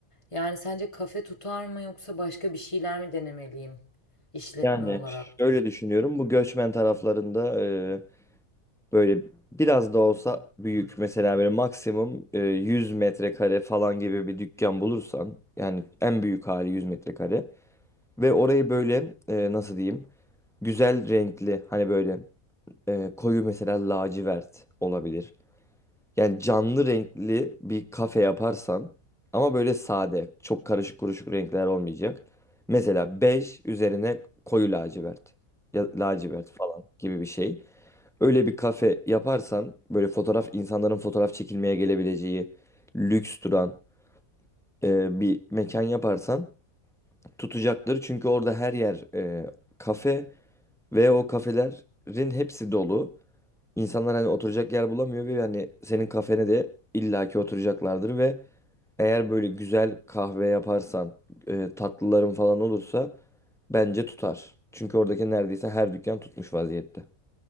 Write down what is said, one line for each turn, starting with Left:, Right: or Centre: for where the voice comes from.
Left: Yani sence kafe tutar mı yoksa başka bir şeyler mi denemeliyim işletme
Centre: Yani
Left: olarak?
Centre: şöyle düşünüyorum. Bu göçmen taraflarında e, böyle biraz da olsa büyük mesela böyle maksimum e, 100 metrekare falan gibi bir dükkan bulursan yani en büyük hali 100 metrekare ve orayı böyle e, nasıl diyeyim güzel renkli hani böyle e, koyu mesela lacivert olabilir. Yani canlı renkli bir kafe yaparsan ama böyle sade, çok karışık kuruşuk renkler olmayacak. Mesela bej üzerine koyu lacivert ya lacivert falan gibi bir şey. Öyle bir kafe yaparsan böyle fotoğraf insanların fotoğraf çekilmeye gelebileceği lüks duran e, bir mekan yaparsan tutacaktır. Çünkü orada her yer e, kafe ve o kafelerin hepsi dolu. İnsanlar hani oturacak yer bulamıyor ve yani senin kafene de illaki oturacaklardır ve eğer böyle güzel kahve yaparsan, e, tatlıların falan olursa bence tutar. Çünkü oradaki neredeyse her dükkan tutmuş vaziyette.